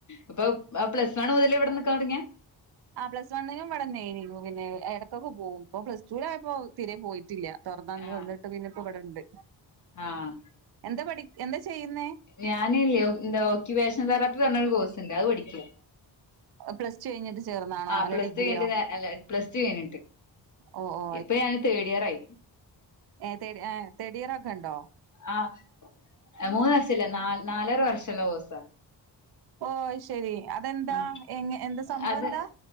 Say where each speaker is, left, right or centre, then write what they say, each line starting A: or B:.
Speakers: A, on the left (about 40°); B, on the right (about 55°).
A: ഇപ്പൊ അ പ്ലസ് വണ്ണ് മുതലേ ഇവിടെ നിക്കാൻ തുടങ്ങിയേ
B: ആഹ് പ്ലസ്ണ്ണിനുംവിടന്നെയിനു പിന്നെ ഇടക്കൊക്കെ പോകും ഇപ്പോ പ്ലസ്റ്റൂലായപ്പോ തിരെ പോയിട്ടില്ല തുറന്നന്ന്
A: ആഹ്
B: വന്നിട്ട് പിന്നെ ഇപ്പം ഇവിടെ ഉണ്ട്
A: ആഹ്
B: എന്താ പഠി എന്താ ചെയ്യുന്നേ
A: ഞാനില്ലേ എന്താ ഓക്യുവേഷൻ തെറാപ്പി പറഞ്ഞരു കോഴ്സ്ണ്ട് അത് പഠിക്ക്യ
B: പ്ലസ് ടു കഴിഞ്ഞിട്ട് ചേർന്നാണോ
A: ആഹ്
B: അല്ല
A: പ്ലസ്
B: ഡിഗ്രിയോ
A: ടു കഴിഞ്ഞിട്ട് നേരെ പ്ലസ് ടു കഴിഞ്ഞിട്ട്
B: ഓ ഓ
A: ഇപ്പൊ ഞാന് തേഡിയർ ആയി
B: ഏ തേടി ഏ തേടിയറൊക്കെണ്ടോ
A: ആഹ്. എ മൂന്ന് വഷല്ല നാ നാലര വർഷള്ള കോഴ്‌സ
B: ഓഅയ് ശെരി. അതെന്താ
A: ആ
B: എങ്ങ എന്താ സംഭവന്താ
A: അത്